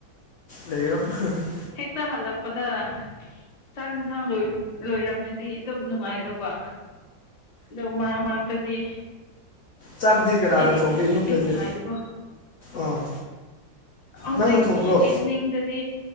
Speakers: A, on the left; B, on the left.
A: ꯂꯩꯔꯣ <unintelligible>
B: ꯍꯦꯛꯇ ꯍꯜꯂꯛꯄꯗ ꯆꯥꯛ ꯏꯟꯁꯥꯡꯗꯣ ꯂꯣꯏꯔꯝꯃꯗꯤ ꯑꯗꯨꯝ ꯅꯨꯡꯉꯥꯏꯗꯧꯕ ꯗꯣ ꯃꯔꯛ ꯃꯔꯛꯇꯗꯤ
A: ꯆꯥꯛꯇꯤ ꯀꯅꯥꯅ
B: ꯑꯩ
A: ꯊꯣꯡꯒꯦ ꯌꯨꯝꯗꯗꯤ
B: ꯑꯩꯕꯨ ꯉꯥꯏꯕꯀꯣ
A: ꯑꯥ
B: ꯍꯧꯖꯤꯛ
A: ꯅꯪꯅ ꯊꯣꯡꯕ꯭ꯔꯣ
B: ꯏꯚꯤꯅꯤꯡꯗꯗꯤ